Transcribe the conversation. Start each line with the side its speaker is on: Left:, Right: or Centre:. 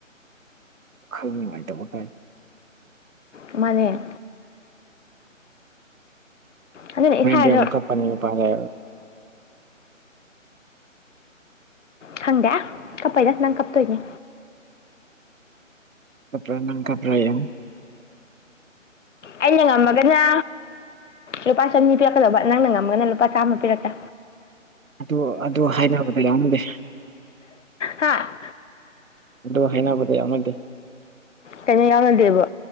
Right: ꯈꯪ ꯅꯨꯡꯉꯥꯏꯇꯕ ꯐꯥꯏ
Left: ꯃꯅꯦ ꯑꯗꯨꯅ ꯏꯁꯥꯁꯨ
Right: ꯗꯤ ꯃꯛꯠ ꯄꯅꯤ ꯄꯔꯦ
Left: ꯈꯪꯗꯦ ꯀꯞꯄꯩꯗ ꯅꯪ ꯀꯞꯇꯣꯏꯅꯦ
Right: ꯀꯄ꯭ꯔ ꯅꯪ ꯀꯄ꯭ꯔ ꯌꯥꯝ
Left: ꯑꯩꯅ ꯉꯝꯃꯒꯅ ꯂꯨꯄꯥ ꯆꯅꯤ ꯄꯤꯔꯛꯀꯗꯕ ꯅꯪꯅ ꯉꯝꯒꯅ ꯂꯨꯄꯥ ꯆꯥꯝꯃ ꯄꯤꯔꯛꯀ
Right: ꯑꯗꯨ ꯑꯗꯨ ꯍꯥꯏꯅꯕꯗ ꯌꯥꯎꯅꯤꯡꯗꯦ
Left: ꯍꯥꯥ
Right: ꯑꯗꯨ ꯍꯩꯅꯕꯗ ꯌꯥꯎꯅꯗꯤ
Left: ꯇꯩꯅ ꯌꯥꯅꯗꯦꯕ